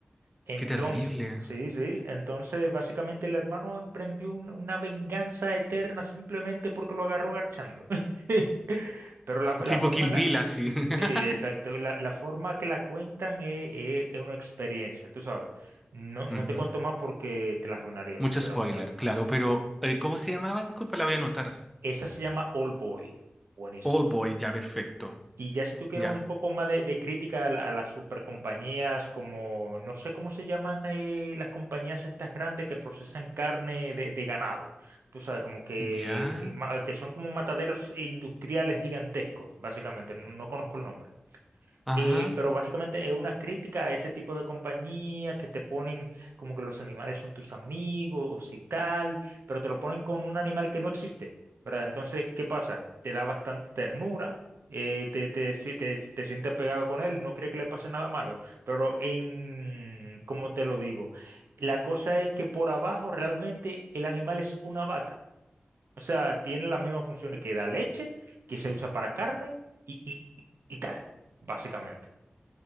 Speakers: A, on the right; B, in the centre.
A: Entonces,
B: Qué terrible.
A: sí, sí. Entonces, básicamente el hermano emprendió una, una venganza eterna simplemente porque lo agarró garchando. <laughs> Pero la, la
B: Tipo
A: forma
B: Kill
A: en
B: Bill,
A: la,
B: así.
A: Sí, exacto.
B: <laughs>
A: La, la forma que la cuentan es, es- es una experiencia, tú sabes. No, no
B: Ujú.
A: te cuento más porque te la arruinaría,
B: Mucho
A: sinceramente,
B: spoiler,
A: la película.
B: claro,
A: Ujú.
B: pero eh, ¿cómo se llamaba? Disculpa, la voy a anotar.
A: Esa se llama Old Boy. Buenísima.
B: Old Boy, ya, perfecto.
A: Y ya si tú quieres
B: Ya.
A: un poco más de, de crítica a, la- a las supercompañías, como, no sé cómo se llaman eh, las compañías estas grandes que procesan carne de, de ganado. Tú sabes, como que,
B: Ya.
A: eh, ma- que son como mataderos industriales gigantescos, básicamente. no no conozco el nombre.
B: Ajá.
A: Eh, pero básicamente es una crítica a ese tipo de compañía que te ponen como que los animales son tus amigos y tal, pero te lo ponen con un animal que no existe, ¿verdad? Entonces, ¿qué pasa? Te da bastante ternura, eh, te, te, si- te, te sientes apegado con él, no cree que le pase nada malo, pero en, ¿cómo te lo digo? La cosa es que por abajo realmente el animal es una vaca, o sea, tiene las mismas funciones que da leche, que se usa para carne y, y, y y tal, básicamente.